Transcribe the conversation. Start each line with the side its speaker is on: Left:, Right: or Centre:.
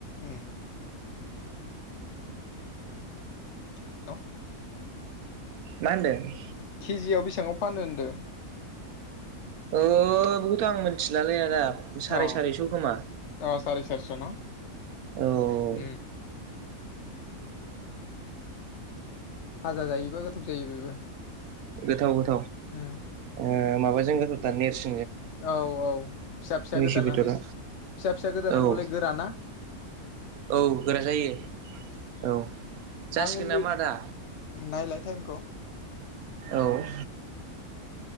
Left: ओम <inaudible>
Right: मा होनदों?
Left: केजियाव बेसेबाङाव फानो होनदों?
Right: औ बेखौथ' आं मिथिलालै आदा। साराय
Left: अ
Right: सारिस' खोमा।
Left: अ साराय सारिस' न'
Right: औ औ औ
Left: उम भाजा जायोबा गोथाव जायो बेबो।
Right: गोथाव <inaudible>
Left: ओम।
Right: ओ माबाजों गोथावथार नोरसिं
Left: औ औ फिसा फिसा
Right: मैसो
Left: गोदानानानै
Right: बेदरा
Left: फिसा फिसा गोदानांगौलै
Right: औ
Left: गोराना।
Right: औ गोरा जायो। औ जासिगोन
Left: आं उन्दै
Right: नामा आदा?
Left: नायलाय टाइमखौ
Right: औ <inaudible>